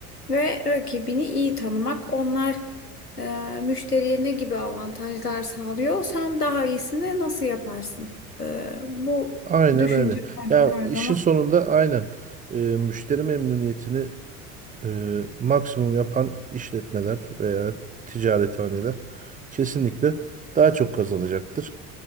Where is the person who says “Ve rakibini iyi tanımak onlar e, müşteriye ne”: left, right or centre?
Left